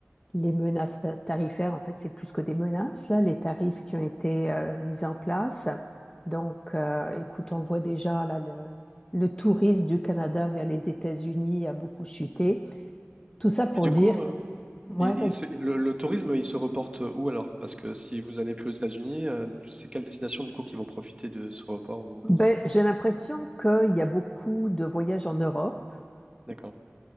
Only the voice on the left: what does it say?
les menaces tarifaires, en fait, c'est plus que des menaces, là, les tarifs qui ont été euh, mis en place. Donc, euh, écoute, on le voit déjà, là, le, le tourisme du Canada vers les États-Unis a beaucoup chuté. Tout ça pour
dire,
ouais,
vas-y.
Ben, j'ai l'impression qu'il y a beaucoup de voyages en Europe